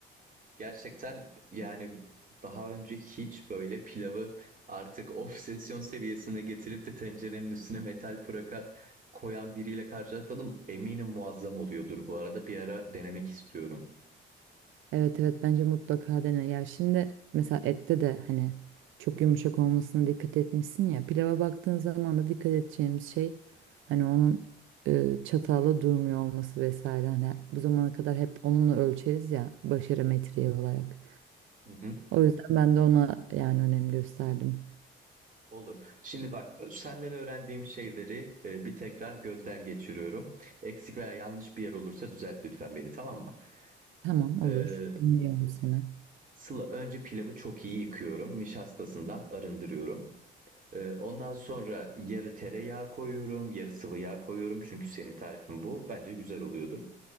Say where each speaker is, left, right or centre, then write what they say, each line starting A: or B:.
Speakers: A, on the right; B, on the right.
A: Gerçekten yani daha önce hiç böyle pilavı artık obsesyon seviyesine getirip de tencerenin üstüne metal pıraka koyan biriyle karşılaşmadım. Eminim muazzam oluyordur bu arada. Bir ara denemek istiyorum.
B: Evet evet bence mutlaka dene. Ya şimdi mesela ette de hani çok yumuşak olmasına dikkat etmişsin ya. Pilava baktığın zaman da dikkat edeceğimiz şey hani onun e, çatalla durmuyor olması vesaire. Hani bu zamana kadar hep onunla ölçeriz ya başarı metriği olarak.
A: Hı hı.
B: O yüzden ben de ona yani önem gösterdim.
A: Olur. Şimdi bak senden öğrendiğim şeyleri e, bir tekrar gözden geçiriyorum. Eksik veya yanlış bir yer olursa düzelt lütfen beni tamam mı?
B: Tamam
A: Ee,
B: olur. Dinliyorum seni.
A: Sıla önce pilavı çok iyi yıkıyorum. Nişastasından arındırıyorum. Ee, ondan sonra yarı tereyağı koyuyorum, yarı sıvı yağ koyuyorum. Çünkü senin tarifin bu. Bence güzel oluyordur.